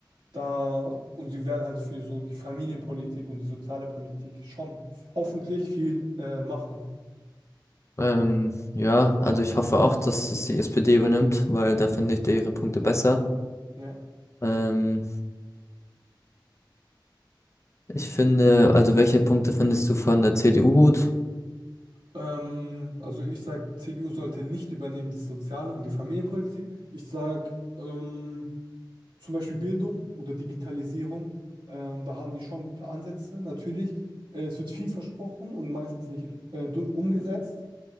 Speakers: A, on the right; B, on the left.
A: Da, und sie werden halt für so die Familienpolitik und die soziale Politik schon hoffentlich viel äh, machen.
B: Ähm, ja, also ich hoffe auch, dass es die SPD übernimmt, weil da finde ich ihre Punkte besser.
A: Ja.
B: Ähm, ich finde, also welche Punkte findest du von der CDU gut?
A: Ähm, also ich sage, CDU sollte nicht übernehmen das Soziale und die Familienpolitik. Ich sage ähm, zum Beispiel Bildung oder Digitalisierung. Ähm, da haben die schon gute Ansätze. Natürlich, äh, es wird viel versprochen und meistens nicht äh, du- umgesetzt.